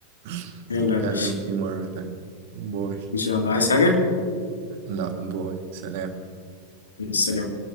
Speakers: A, on the right (about 50°); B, on the left (about 70°).
A: <laughs>
B: يلا
A: نتكلم
B: يا باشا
A: فيه مرة تانية باي
B: ان شاء الله عايز حاجه
A: لا باي سلام
B: السلام